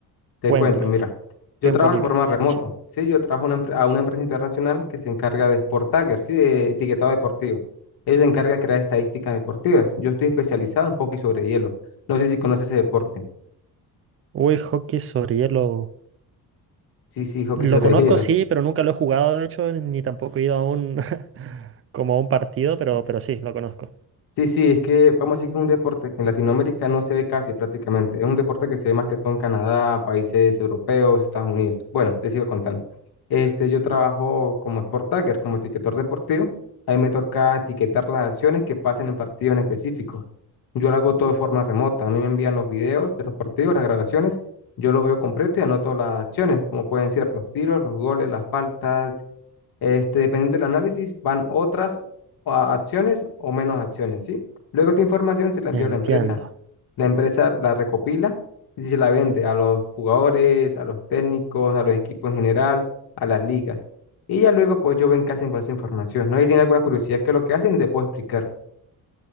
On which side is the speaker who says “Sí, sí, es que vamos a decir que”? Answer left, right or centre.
Left